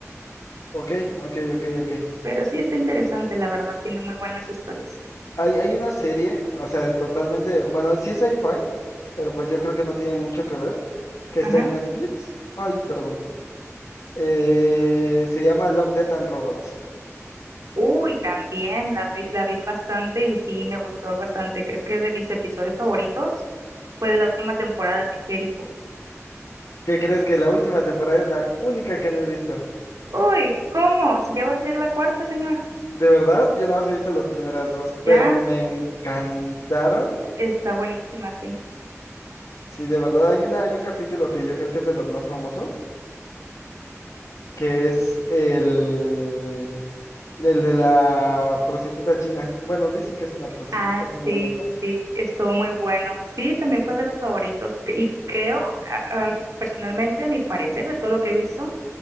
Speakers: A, on the left; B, on the right.
A: Ok, ok, ok, ok.
B: Pero sí está interesante, la verdad, tiene muy buenas historias.
A: Hay, hay una serie, o sea, totalmente, bueno, sí es sci-fi, pero pues yo creo que no tiene mucho que ver, que
B: Ajá.
A: está en Netflix. Ay, perdón. Eh, se llama Love, Death and Robots.
B: Uy, también la vi, la vi bastante y sí me gustó bastante. Creo que de mis episodios favoritos fue de la última temporada el de Jericho.
A: ¿Qué crees que la última temporada es la única que no he visto?
B: Uy, ¿cómo? Si ya va a salir la cuarta, señor.
A: De verdad, yo nada más he visto las primeras dos, pero
B: Ya.
A: me encantaron.
B: Está buenísima, sí.
A: Sí, de verdad, hay una, hay un capítulo que yo creo que es de los más famosos, que es el, el de la prostituta china. Bueno, dicen que es una prostituta,
B: Ah,
A: a
B: sí,
A: mí no me consta.
B: sí, estuvo muy bueno. Sí, también fue de los favoritos. C- Y creo, a- a- personalmente, a mi parecer, de todo lo que he visto,